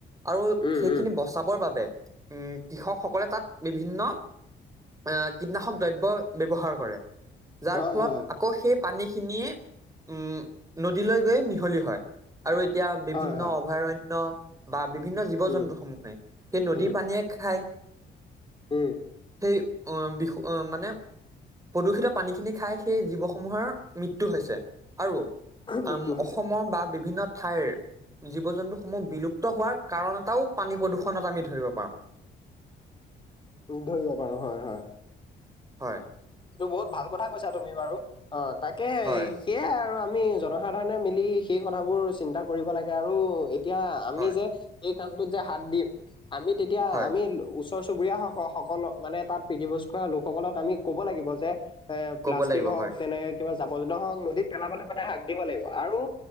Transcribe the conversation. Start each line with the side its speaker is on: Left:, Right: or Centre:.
Right: আৰু
Left: উম
Right: সেইখিনি
Left: উম
Right: বচাবৰ বাবে উম কৃষকসকলে তাত বিভিন্ন আহ কীটনাশক দ্ৰব্য ব্যৱহাৰ কৰে যাৰ
Left: হয়
Right: ফলত
Left: হয়
Right: আকৌ সেই পানীখিনিয়ে উম নদীলৈ গৈ মিহলি হয় আৰু এতিয়া বিভিন্ন
Left: হয় হয়
Right: অভয়াৰণ্য বা বিভিন্ন জীৱ-জন্তু
Left: উম
Right: সমূহে সেই নদীৰ
Left: উম
Right: পানীয়ে খায়
Left: উম
Right: সেই অ বিষো মানে প্ৰদূষিত পানীখিনি খাই সেই জীৱসমূহৰ মৃত্যু হৈছে আৰু
Left: মৃত্যু
Right: উম
Left: হৈছে
Right: অসম বা বিভিন্ন ঠাইৰ জীৱ জন্তু সমূহ বিলুপ্ত হোৱাৰ কাৰণ এটাও পানী প্ৰদূষণত আমি ধৰিব পাৰো
Left: ধৰিব পাৰো হয়-হয়
Right: হয়
Left: এইটো বহুত ভাল কথা কৈছা তুমি বাৰু অ তাকে হেই
Right: হয়
Left: সেয়াই আৰু আমি জনসাধাৰণে মিলি সেই কথাবোৰ চিন্তা কৰিব লাগে আৰু তেতিয়া আমি
Right: হয়
Left: যে এই কামটোত যে হাত দিম আমি তেতিয়া
Right: হয়
Left: আমি ওচ ওচৰ চুবুৰীয়া স-সকলক মানে তাত প্ৰীতিভোজ কৰা লোকসকলক আমি ক'ব লাগিব যে এ প্লাষ্টিক
Right: ক'ব লাগিব
Left: হওক
Right: হয়
Left: তেনে কিবা জাবৰ-জোথৰ হওক নদীত পেলাবলে মানে হাক দিব লাগিব আৰু